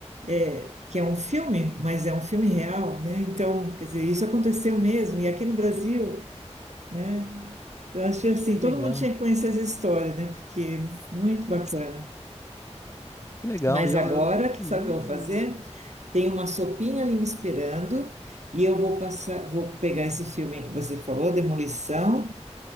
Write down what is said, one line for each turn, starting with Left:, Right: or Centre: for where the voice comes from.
Right: é, que é um filme, mas é um filme real, né? Então, quer dizer, isso aconteceu mesmo, e aqui no Brasil, né? Eu achei assim,
Left: que legal,
Right: todo mundo tinha que conhecer essa história, né? Porque é muito bacana.
Left: que legal.
Right: Mas
Left: Eu,
Right: agora,
Left: eu
Right: que
Left: não-
Right: sabe o que eu vou fazer? Tem uma sopinha ali me esperando, e eu vou passar, vou pegar esse filme que você falou, Demolição,